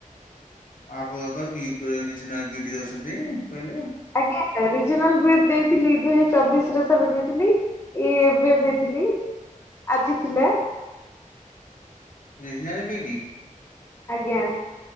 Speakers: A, on the left; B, on the left.
A: ଆପଣ ବା <unintelligible> ବି ଇଡି ଦଉଛନ୍ତି କହିଲେ
B: ଆଜ୍ଞା ରିଜିନାଲ ବି ଡ୍ ଦେଇଥିଲି ଦୁଇ ହଜାର ଚବିଶରେ ଥରେ ଦେଇଥିଲି। ଏଇ ଏବେ ଦେଇଥିଲି ଆଜି ଥିଲା।
A: Regional B ED.
B: ଆଜ୍ଞା।